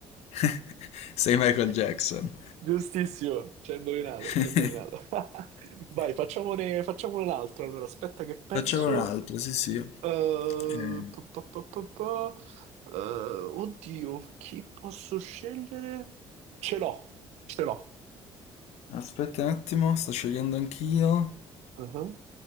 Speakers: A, on the left; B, on the right.
A: <laughs> Sei Michael Jackson.
B: giustissimo. Ci hai indovinato,
A: <laughs>
B: ci hai indovinato. <laughs> Vai, facciamone, facciamone un altro. Allora, aspetta che penso.
A: Facciamo un'altra, sì, sì. Eh,
B: Eh, pa, pa, pa, pa, pa. Eh, oddio, chi posso scegliere? Ce l'ho, ce l'ho.
A: aspetta un attimo, sto scegliendo anch'io.
B: Uh-huh.